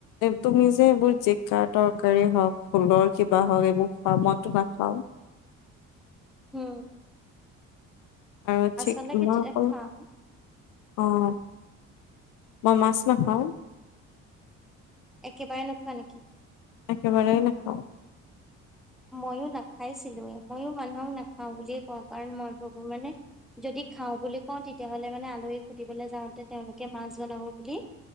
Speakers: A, on the left; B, in the centre.
A: তুমি যে এইবোৰ জিকা তৰকাৰী হওক, ফুলৰ কিবা হওক, এইবোৰ বা মইটো নাখাওঁ।
B: হম।
A: আৰু চিক
B: হ'লে কেতিয়া
A: মই অকল
B: খাওঁ।
A: অঁ, মই মাছ নাখাওঁ।
B: একেবাৰে নোখোৱা নিকি?
A: একেবাৰে নেখাওঁ।
B: ময়ো নাখাইছিলোৱে, মইয়ো মানুহক নাখাও বুলিয়ে কওঁ, কাৰণ মই ভবো মানে যদি খাও বুলি কওঁ তেতিয়াহলে মানে আলহীক সুধিবলৈ যাওঁতে তেওঁলোকে মাছ বনাব বুলি